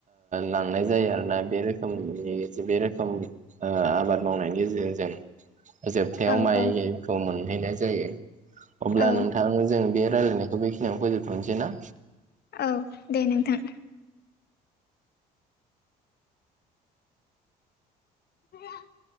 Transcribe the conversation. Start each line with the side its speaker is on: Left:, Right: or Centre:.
Right: लांनाय जायो आरोना बे रोखोमनि बे रोखोम ओ आबाद मावनायनि गेजेरजों जोबथायाव
Left: औ
Right: माइखौ
Left: औ
Right: मोनहैनाय जायो। अब्ला
Left: औ
Right: नोंथां जों बे रायल्लायनायखौ बेखिनियाव फोजोबथ'नोसै ना?
Left: औ दे नोंथां। <inaudible>